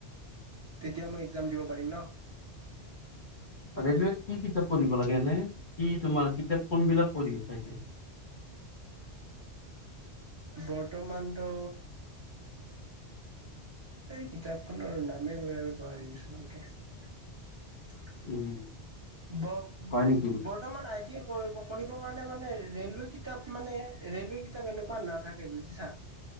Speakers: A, on the right; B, on the left.
A: তেতিয়া মই এক্সাম দিব পাৰিম ন।
B: ৰেলৱেত কি কিতাপ পঢ়িব লাগে এনে, কি তোমাৰ কিতাপ কোনবিলাক পঢ়ি আছ
A: বৰ্তমানটো এই কিতাপখনৰ নামেই <unintelligible>
B: উম
A: ব
B: হয় নেকি?
A: বৰ্তমান আই টি কৰিব, কৰিব কাৰণে মানে ৰেলৱে কিতাপ মানে ৰেলৱে কিতাপ এনেকুৱা নাথাকে বুজিছা?